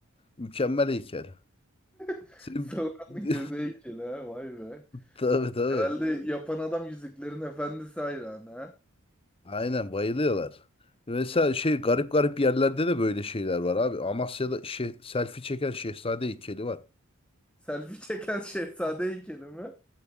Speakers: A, on the left; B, in the centre.
A: Mükemmel heykel.
B: <laughs>
A: Senin...
B: Sauron'un
A: <laughs>
B: göze heykeli ha vay be.
A: Tabii tabii.
B: Herhalde yapan adam Yüzüklerin Efendisi hayranı ha.
A: Aynen bayılıyorlar. Mesela
B: Hmm.
A: şey garip garip yerlerde de böyle şeyler var abi. Amasya'da şey, selfie çeken şehzade heykeli var.
B: Selfie çeken <laughs> şehzade heykeli mi?